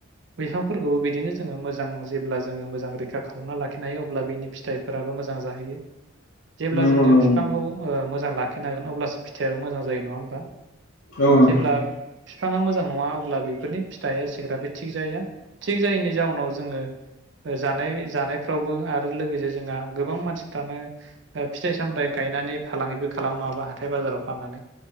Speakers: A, on the right; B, on the left.
A: बिफांफोरखौबो बिदिनो मोजां जेल्बा जोङो मोजां रैखा खालामनानै लाखिनो हायो अल्बा बिनि फिथायफ्राबो मोजां जाहैयो। जेब्ला
B: नंगौ
A: जोंङो
B: नंगौ
A: फिफांखौ ओ मोजां <unintelligible> लाखिनांगोनना अब्लासो फि फिथाइयाबो
B: औ नोंथां
A: मोजां जायो नङा होनबा <unintelligible> खालामो नङाबा हथाय बाजाराव। फाननानै